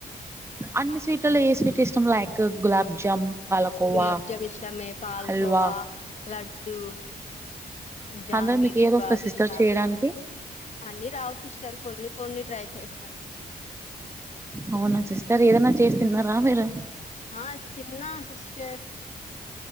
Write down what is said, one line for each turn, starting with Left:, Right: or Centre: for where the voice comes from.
Right: అన్ని స్వీట్లలో ఏ స్వీట్ ఇష్టం లైక్ గులాబ్ జామ్ పాలకోవా
Left: గులాబ్జామ్ ఇష్టమే పాల్కోవా
Right: హల్వా
Left: లడ్డు జాంగిరి,
Right: అందులో మీకు ఏదొస్తది
Left: బాదుషా
Right: సిస్టర్ చేయడానికి
Left: అన్ని రావు సిస్టర్ కొన్ని కొన్ని ట్రై చేస్తాను అంతే
Right: అవునా సిస్టర్ ఏదనా చేసి తిన్నారా మీరు
Left: ఆ తిన్నా సిస్టర్